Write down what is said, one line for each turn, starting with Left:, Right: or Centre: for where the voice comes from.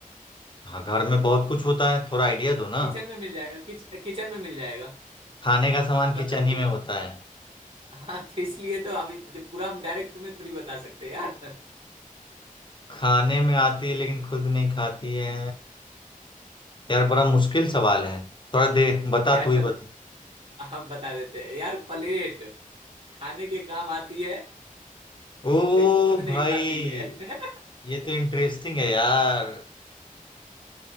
Left: हाँ घर में बहुत कुछ होता है थोड़ा आइडिया दो ना
Right: किचन में मिल जाएगा किच, किचन में मिल जाएगा
Left: खाने का सामान
Right: आप बताओ
Left: किचन ही
Right: कि
Left: में होता है
Right: हाँ तो इसलिए तो अभी तो पूरा हम डायरेक्ट तुम्हें थोड़ी बता सकते हैं यार
Left: खाने में आती है लेकिन खुद नहीं खाती है यार बड़ा मुश्किल सवाल है थोड़ा दे बता
Right: यार
Left: तू ही
Right: चलो
Left: बता
Right: हम बता देते हैं यार प्लेट खाने के काम आती है
Left: ओ
Right: लेकिन खुद नहीं
Left: भाई
Right: खाती है
Left: ये तो इंटरेस्टिंग है यार